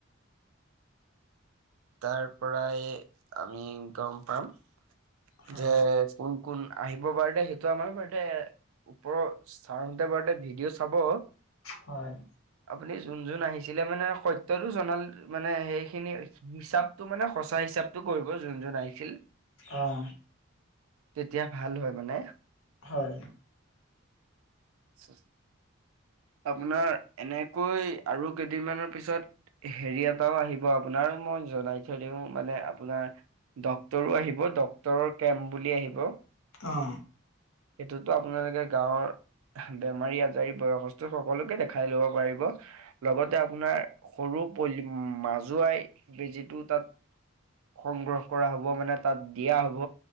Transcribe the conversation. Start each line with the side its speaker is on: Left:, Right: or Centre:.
Right: তাৰ পৰাই আমি গম পাম
Left: হয়
Right: যে কোন? কোন আহিব বাৰুতে সেইটো আমাৰ বাৰুতে ওপৰৰ চাৰ হতে বাৰুতে ভিডিঅ' চাব।
Left: হয়।
Right: আপুনি যোন যোন আহিছিলে মানে সত্যটো জনাল মানে সেইখিনি হিচাপটো মানে সঁচা হিচাপটো কৰিব যোনজন আহিছিল।
Left: অ'।
Right: তেতিয়া ভাল হয় মানে।
Left: হয়।
Right: <inaudible> আপোনাৰ এনেকৈ আৰু কেইদিনমানৰ পিছত হেৰি এটাও আহিব আপোনাৰো মই জনাই থৈ দিওঁ মানে আপোনাৰ। ডক্তৰো আহিব, ডক্তৰৰ কেম্প বুলি আহিব।
Left: অ'।
Right: সেইটোতো আপোনালোকে গাঁৱৰ বেমাৰী আজাৰি বয়সস্থ স সকলোকে দেখাই ল'ব পাৰিব লগতে আপোনাৰ সৰু পৰি মাজুৱাই বেজিটো তাত সংগ্ৰহ কৰা হ'ব, মানে তাত দিয়া হ'ব।